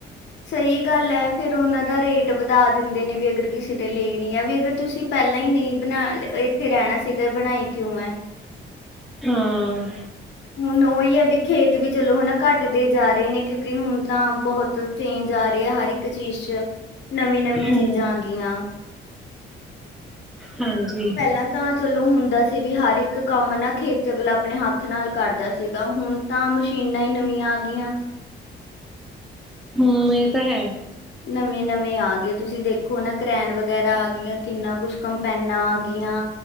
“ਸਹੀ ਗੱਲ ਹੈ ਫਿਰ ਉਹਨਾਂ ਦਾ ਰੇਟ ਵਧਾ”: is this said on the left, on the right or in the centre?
Left